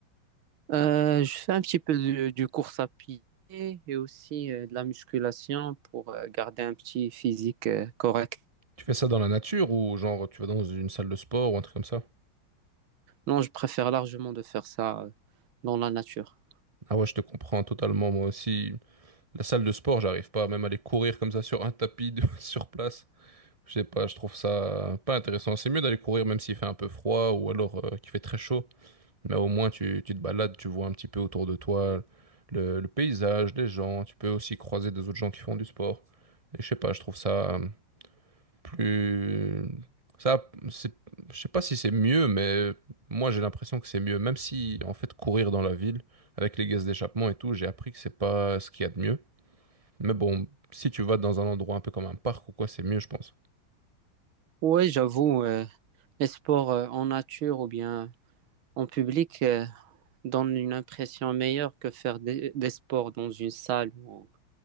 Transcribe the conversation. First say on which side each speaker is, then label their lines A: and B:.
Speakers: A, on the right; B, on the right.
A: Euh, je fais un petit peu de, du course à pied et aussi euh, de la musculation pour euh, garder un petit physique euh, correct.
B: Tu fais ça dans la nature ou genre tu vas dans une salle de sport ou un truc comme ça?
A: Non, je préfère largement de faire ça euh, dans la nature.
B: Ah ouais, je te comprends totalement moi aussi. La salle de sport, j'arrive pas même à aller courir comme ça sur un tapis de- <laughs> sur place. Je sais pas, je trouve ça pas intéressant. C'est mieux d'aller courir même s'il fait un peu froid ou alors euh, qu'il fait très chaud. Mais au moins tu, tu te balades, tu vois un petit peu autour de toi le, le paysage, les gens. Tu peux aussi croiser des autres gens qui font du sport. Et je sais pas, je trouve ça euh, plus... Ça, c'est... Je sais pas si c'est mieux, mais moi j'ai l'impression que c'est mieux. Même si en fait courir dans la ville avec les gaz d'échappement et tout, j'ai appris que c'est pas ce qu'il y a de mieux. Mais bon, si tu vas dans un endroit un peu comme un parc ou quoi, c'est mieux, je pense.
A: Ouais, j'avoue, euh, les sports euh, en nature ou bien en public euh, donnent une impression meilleure que faire des, des sports dans une salle ou